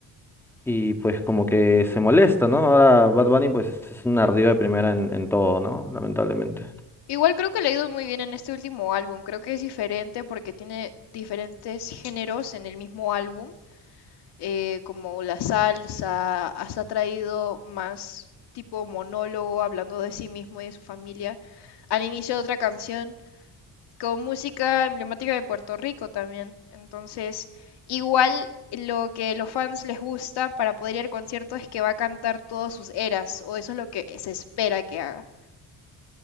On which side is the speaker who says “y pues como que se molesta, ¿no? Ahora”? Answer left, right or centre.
Centre